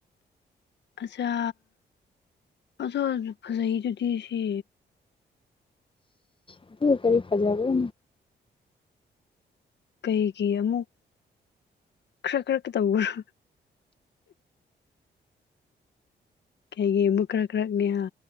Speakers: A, on the left; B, on the left.
A: ꯑꯠꯆꯥ <unintelligible> ꯐꯖꯩꯗꯨꯗꯤ ꯁꯤ
B: <unintelligible> ꯀꯔꯤ ꯐꯖ <unintelligible>
A: ꯀꯩꯒꯤ ꯑꯃꯨꯛ ꯈ꯭ꯔꯛ ꯈ꯭ꯔꯛ ꯇꯧꯕ꯭ꯔꯣ ꯀꯩꯒꯤ ꯑꯃꯨꯛ ꯀ꯭ꯔꯛ ꯀ꯭ꯔꯛꯅꯦꯍꯥ